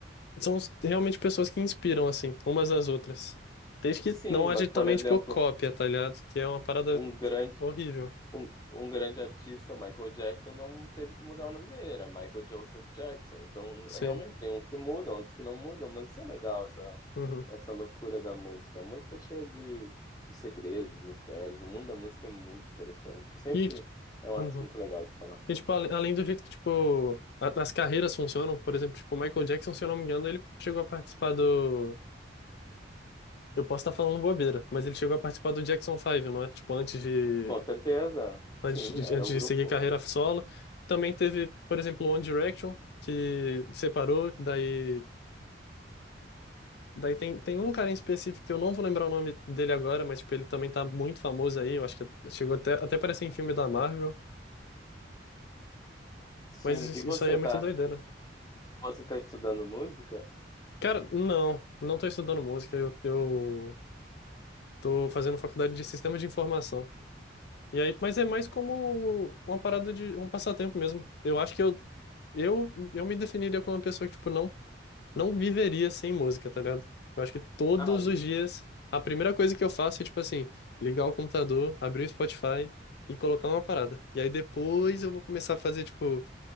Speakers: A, on the left; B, on the left.
A: São realmente pessoas que inspiram, assim, umas às outras. Desde que
B: Sim,
A: não haja
B: mas, por
A: também,
B: exemplo,
A: tipo, cópia, tá ligado? Que é uma parada
B: um grande
A: horrível.
B: Um, um grande artista, Michael Jackson, não teve que mudar o nome dele, era Michael Joseph Jackson. Então,
A: Sim.
B: realmente, tem uns que mudam, outros que não mudam, mas isso é legal, essa,
A: Uhum.
B: essa loucura da música. A música é cheia de, de segredos, mistérios, o mundo da música é muito interessante. Sempre
A: E.
B: é um
A: uhum.
B: assunto legal de falar.
A: E, tipo, ale- além do jeito que, tipo, a- as carreiras funcionam, por exemplo, tipo, o Michael Jackson, se eu não me engano, ele chegou a participar do... Eu posso estar falando bobeira, mas ele chegou a participar do Jackson Five, não é? Tipo, antes de,
B: Com certeza,
A: antes
B: sim,
A: de,
B: era
A: antes
B: o grupo.
A: de seguir carreira solo. Também teve, por exemplo, o One Direction, que separou, daí... Daí tem, tem um cara em específico que eu não vou lembrar o nome dele agora, mas, tipo, ele também tá muito famoso aí, eu acho que chegou até, até parece em filme da Marvel,
B: Sim,
A: mas isso,
B: e você
A: isso aí é muito
B: tá,
A: doideira.
B: você tá estudando música?
A: Cara, não, não tô estudando música, eu, eu Tô fazendo faculdade de sistema de informação. E aí, mas é mais como uma parada de um passatempo mesmo. Eu acho que eu eu, eu me definiria como uma pessoa que, tipo, não, não viveria sem música, tá ligado? Eu acho que todos
B: Ah,
A: os dias a primeira coisa que eu faço é, tipo assim, ligar o computador, abrir o Spotify e colocar uma parada. E aí depois eu vou começar a fazer, tipo,